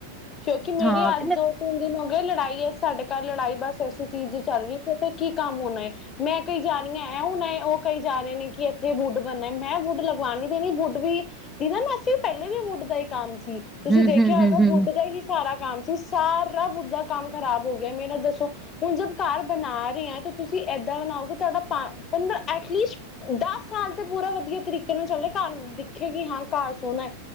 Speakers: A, on the left (about 25°); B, in the centre.
A: ਕਿਉਂਕਿ ਮੇਰੀ
B: ਹਾਂ
A: ਅੱਜ
B: ਤੇ ਮੈਂ
A: ਦੋ ਤਿੰਨ ਦਿਨ ਹੋ ਗੇ ਲੜਾਈ ਐ ਸਾਡੇ ਘਰ ਲੜਾਈ ਬਸ ਐਸੀ ਚੀਜ਼ ਚੱਲਦੀ ਕੀ ਕੰਮ ਹੋਣਾ ਹੈ ਮੈਂ ਕਈ ਜਾ ਰਹੀ ਹਾਂ ਐ ਹੁਣਾ ਉਹ ਕਈ ਜਾ ਰਹੇ ਨੇ ਕਿ ਇੱਥੇ ਵਡ ਬਣਨਾ ਮੈਂ ਵੁੱਡ ਲਗਵਾਣੀ ਦੇਣੀ ਵੁੱਡ ਵੀ ਦੀ ਨਾ ਮ ਪਹਿਲੇ ਵੀ ਵੁਡ ਦਾ ਹੀ ਕੰਮ ਸੀ ਤੁਸੀਂ
B: ਹਮ
A: ਦੇਖਿਆ
B: ਹਮ
A: ਹੋਏਗਾ
B: ਹਮ ਹਮ
A: ਫੁੱਡ ਦਾ ਹੀ ਸਾਰਾ ਕੰ ਸੀ ਸਾਰਾ ਵੁਡ ਦਾ ਕੰਮ ਖਰਾਬ ਹੋ ਗਿਆ ਮੇਰੇ ਨਾਲ ਦੱਸੋ ਹੁਣ ਜਦ ਘਰ ਬਣਾ ਰਹੇ ਹ ਤਾਂ ਤੁਸੀਂ ਏਦਾਂ ਬਣਾਓਗੇ ਤੁਹਾਡਾ ਪੰਦਰਾਂ ਐਟਲੀਸਟ ਦਸ ਸਾਲ ਤੇ ਪੂਰਾ ਵਧੀਆ ਤਰੀਕੇ ਨਾਲ ਚੱਲ ਰਿਹਾ ਘਰ ਦੇਖੇਗੀ ਹਾਂ ਘਰ ਸੋਣਾ